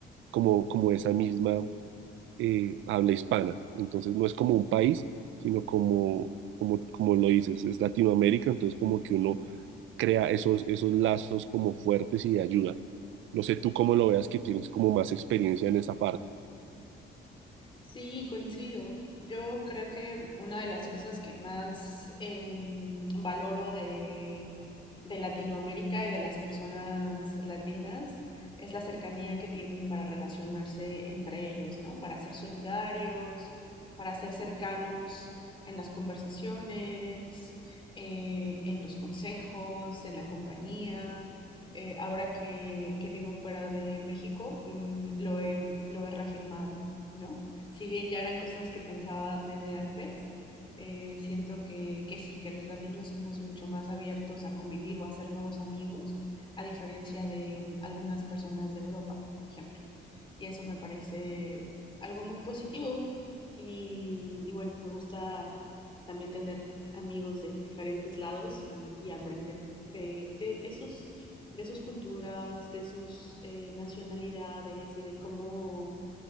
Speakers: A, on the right; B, on the left.
A: como, como esa misma eh, habla hispana. Entonces no es como un país, sino como, como, como lo dices, es Latinoamérica, entonces como que uno crea esos, esos lazos como fuertes y de ayuda. No sé tú cómo lo veas que tienes como más experiencia en esa parte.
B: Sí, coincido. Yo creo que una de las cosas que más em, valoro de, de Latinoamérica y de las personas latinas es la cercanía que tienen para relacionarse entre ellos, ¿no? Para ser solidarios, para ser cercanos en las conversaciones, eh, en los consejos, en la compañía. Eh, ahora que, que vivo fuera de México, mm, lo he, lo he reafirmado, ¿no? si bien ya eran cosas que pensaba desde antes, eh, siento que, que sí, que los latinos somos mucho más abiertos a convivir o a hacer nuevos amigos, a diferencia de mm, algunas personas de Europa, por ejemplo. Y eso me parece algo muy positivo. Y, y bueno, me gusta también tener amigos de diferentes lados y, y aprender de, de, de sus, de sus culturas, de sus eh, nacionalidades y de cómo